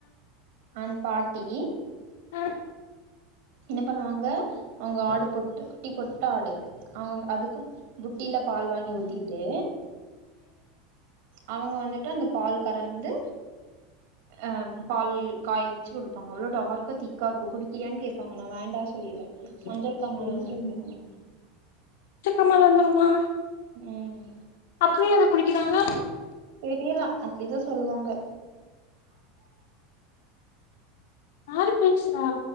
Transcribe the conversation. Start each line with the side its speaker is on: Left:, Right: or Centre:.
Right: அந் பாட்டி
Left: அ
Right: என்ன பண்ணுவாங்க அவுங்க ஆடு பொட்டு குட்டி போட்ட ஆடு அவுங் அதுக்கு புட்டில பால் வாங்கி ஊத்திட்டு அவுங்க வந்துட்டு அந்த பால் கறந்து அ பால் காய வெச்சு குடிப்பாங்க அவ்ளோ டார்க்க திக்காக இருக்கு குடிக்றியான் கேப்பாங்க நா வேண்டா சொல்லிருவே
Left: <unintelligible>
Right: மஞ்சள் காமால வந்துருன்றுவாங்க
Left: வந்துருமா
Right: ம்
Left: அப்ற ஏ அத குடிக்கறாங்க
Right: தெரியலா அப்டிதா சொல்லுவாங்க
Left: ஆரு பேசுறா